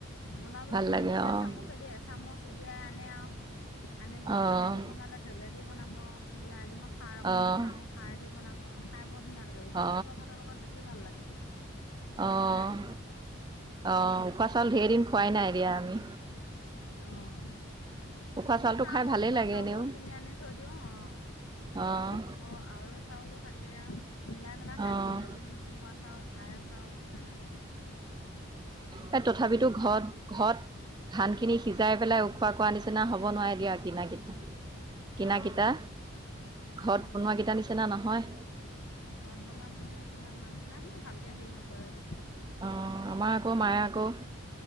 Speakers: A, on the left; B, on the right.
A: বনাবলৈ
B: ভাল
A: সময়ত
B: লাগে
A: তেতিয়া
B: অ',
A: চামুচে দিয়ে এ চামুচ উলিয়াই আনি। আনে আউ আনি পেলাই
B: অ',
A: তেলেদি বনালে তেলেদি বনাব বোলে আজি মই। সাৰ অকণ
B: অ',
A: দি খাওঁ খাৰ দি বনাব খাই বৰ ধুনীয়া লাগে উখোৱা
B: অ',
A: চাউলৰ ভাতৰ লগত বেছি ভাল লাগে।
B: অঁ।
A: খাই
B: অ
A: তেনেকৈ
B: উখুৱা চাউল ধেৰ দিন খুৱাই নাই দিয়া আমি।
A: অঁ
B: উখোৱা
A: আমি
B: চাউলটো
A: খাওঁ
B: খাই ভালেই
A: উ খোৱা
B: লাগে
A: চাউলো
B: এনেও,
A: কিনি আনি থৈ দিওঁ অ।
B: অ',
A: আকৌ আউৰই চাউলো থাকে আও। মিলাই মিলাই খাই
B: অ',
A: থাকোঁ এদিন উখোৱা চাউল আয়ৰ চাউল তেনেকে।
B: এ তথাপিতো ঘৰত ঘৰত। ধান খিনি সিজাই পেলাই উখোৱা কৰা নিচিনা হ'ব নোৱাৰে দিয়া কিনা কিনি। কিনাকিটা
A: অঁ
B: ঘৰত
A: অঁ
B: বনোৱা কেইটা নিছেনা নহয়।
A: ঘৰত বনোৱা খিনিৰ নিচিনা নহয় কিনাখিনি ভালকে হেৰি নকৰে যে।
B: অ আমা আকৌ মাযে আকৌ।